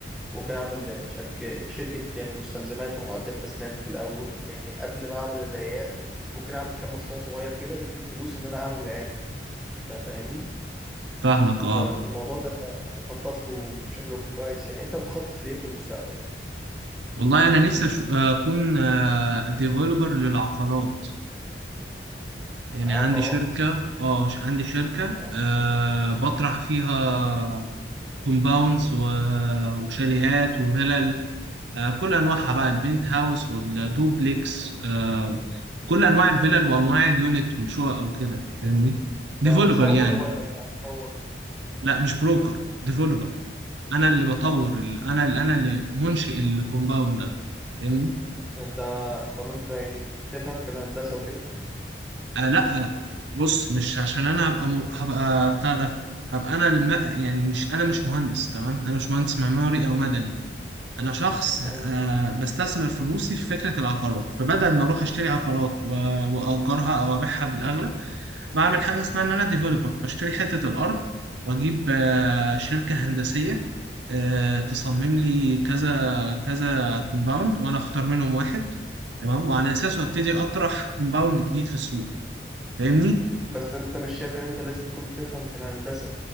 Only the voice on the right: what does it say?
فاهمك اه
والله انا نفسي أش- آه، اكون ديفلوبر للعقارات يعني
عندي شركة اه ش- عندي شركة
آه، بطرح فيها كومباوندز وشاليهات وفلل آه، كل انواعها
بقى البنت هاوس والدوبليكس آه، كل انواع الفلل وانواع اليونت والشقق وكده فاهمني ديفلوبر
يعني
لا مش بروكر ديفلوبر انا اللي بطور
ال- انا اللي انا اللي منشئ الكومباوند ده فاهمني؟
آه لا آه، بص مش عشان انا هبقى م... هبقى بتاع ده هبقى انا الم... يعني مش انا مش مهندس تمام انا مش مهندس معماري او مدني انا شخص آه
بستثمر فلوسي في فكره العقارات فبدل ما اروح اشتري عقارات و... واجرها او ابيعها بالاغلى بعمل حاجه اسمها ان انا ديفلوبر بشتري حته الارض واجيب آه شركه هندسيه آه تصمم لي كذا كذا كومباوند وانا اختار منهم واحد تمام وعلى اساسه ابتدي اطرح كومباوند جديد في السوق فاهمني